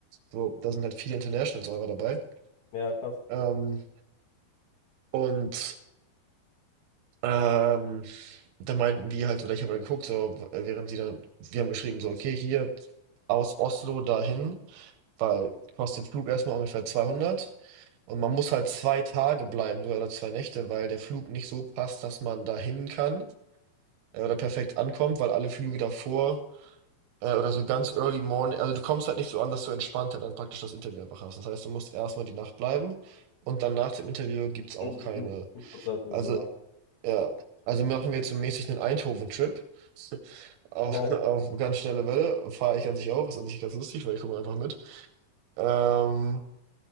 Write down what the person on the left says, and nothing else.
ja, krass.
Mhm,
mhm. Prozess, also,
ja.
Na,